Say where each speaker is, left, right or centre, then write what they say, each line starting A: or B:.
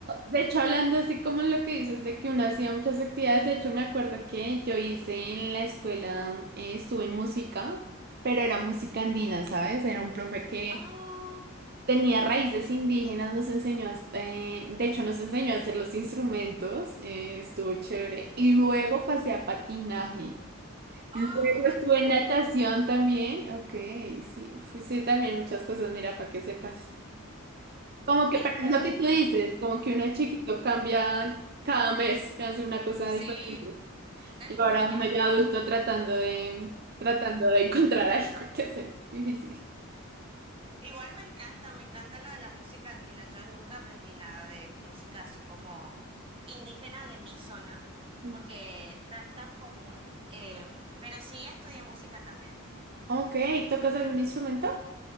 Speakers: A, on the right; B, on the right.
A: de hecho, hablando así como lo que dices de que uno hacía muchas actividades, de hecho me acuerdo que yo hice en la escuela, eh, estuve en música, pero era música andina, ¿sabes? Era un profe que
B: ¡Oh!
A: tenía raíces indígenas, nos enseñó, a- eh, de hecho nos enseñó a hacer los instrumentos, eh, estuvo chévere. Y luego pasé a patinaje.
B: Oh,
A: Luego estuve
B: patinaje.
A: en natación también. Ok, sí, fui sí, también muchas cosas, mira, para que sepas. Como que,
B: ¡Ey,
A: para
B: pero
A: lo que
B: me
A: tú
B: encanta!
A: dices, como que uno de chiquito cambia cada mes, hace una cosa
B: Sí,
A: diferente.
B: tal
A: Y ahora
B: cual. Ah,
A: uno ya
B: pero
A: adulto tratando de, tratando de encontrar <laughs> algo que hacer. Difícil.
B: igual me encanta, me encanta lo de la música andina. Yo nunca aprendí nada de música así como indígena de mi zona,
A: Mm.
B: porque no es tan común, em, pero sí estudié música también.
A: Ok, ¿tocas algún instrumento?